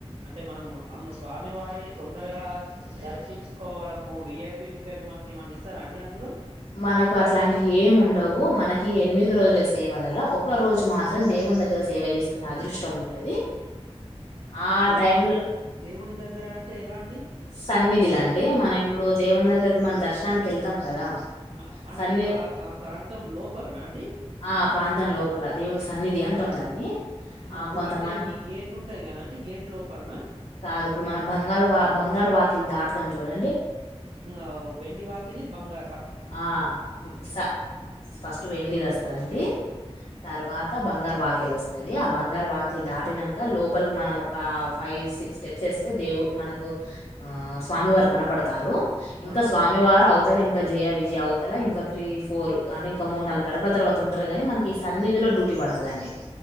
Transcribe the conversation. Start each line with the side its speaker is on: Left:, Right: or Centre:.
Right: అంటే మనం అమ్మ స్వామి వారిని తొందరగా గా దర్శించుకోవడము విఐపి టికెట్లు మనకి ఏమన్నా ఇస్తారా అండి అందులో
Left: మనకు అట్లాంటివి ఏమి ఉండవు మనకి ఎనిమిది రోజుల సేవలలా ఒక రోజు మాత్రం దే వుని దగ్గర సేవ జేసుకునే అదృష్టం ఉంటది
Right: అంటే
Left: ఆ
Right: దేవుని
Left: టైంల
Right: దేవుని దగ్గర అంటే ఎలా అండి
Left: సన్నిధిలా అండి మనం ఇప్పుడు దేవుని దగ్గరికి మన దర్శనానికి ఎళ్తాం కదా
Right: అహ అంటే
Left: సన్నిది
Right: ఆ ఆ ప్రాంతం లోపలనా అండి
Left: ఆ ప్రాంతం లోపల దేవుని సన్నిది అంటాం దాన్ని
Right: అహ
Left: ఆ!
Right: గు
Left: కొంతమం
Right: అంటే గి గేట్ ఉంటాయి కదాండి గేట్ లోపలన
Left: కాదు ఇప్పుడు మనం బంగాలు వా బంగారు వాకిలు దాటుతాం జూడండి
Right: ఓ వెండి వాకిలి బంగా
Left: ఆ స ఫస్ట్ వెండిది వస్తాదండి తర్వా త బంగారు వాకిలి వస్తాది ఆ బంగారు వాకిలు దాటినాంక లోపలికి మనం ఒక ఫైవ్ సిక్స్ స్టెప్స్ దేవ్ మనకు స్వామివారు కనబడతారు ఇంకా
Right: ఆ
Left: స్వామివారు అవతల ఇం విజయ విజయ్ అవతల ఇంకా త్రీ ఫోర్ అంటే ఇంకా మూడు నాలుగు గడపల తర్వాత ఉంటారుగాని మనకి ఈ సన్నిధిలో డ్యూటీ పడతదండి